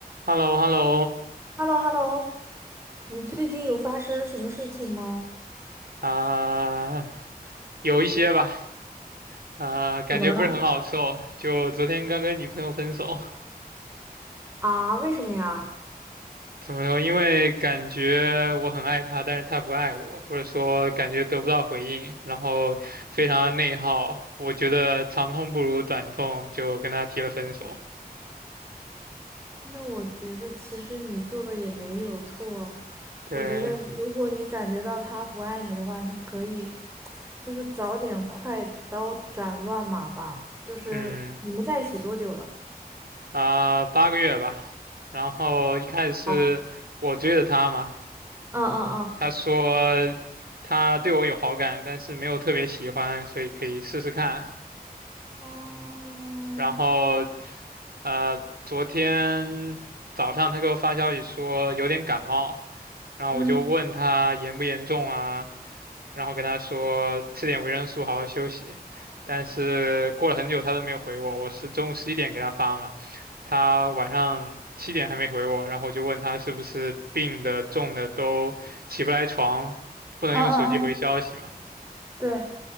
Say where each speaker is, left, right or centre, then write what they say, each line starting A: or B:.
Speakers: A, on the right; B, on the right.
A: h e l l o h e l l o
B: h e l l o h e l l o 你最近有发生什么事情吗？
A: 啊，有一些吧，啊，感觉不是很好受。
B: 怎么了？
A: 就昨天刚跟女朋友分手，
B: 啊，为什么呀？
A: 怎么说？因为感觉我很爱她，但是她不爱我，或者说感觉得不到回应，然后非常内耗。我觉得长痛不如短痛，就跟她提了分手。
B: 那我觉得其实你做的也没有错。
A: 对，
B: 我觉得如果你感觉到他不爱你的话，你可以就是早点快刀斩乱麻吧。就是你们在一起多久了？
A: 嗯，啊，八个月吧。然后一开始是我追的她嘛，
B: 哦，嗯嗯嗯。
A: 他说他对我有好感，但是没有特别喜欢，所以可以试试看。
B: 哦，
A: 然后呃，昨天早上他给我发消息说有点感冒，然后我就问他严不严重啊，
B: 嗯
A: 然后跟他说吃点维生素，好好休息。但是过了很久他都没有回我，我是中午十一点给他发嘛，他晚上七点还没回我，然后我就问他是不是病的重的都起不来床，不能用手机回消息嘛。
B: 嗯嗯嗯，对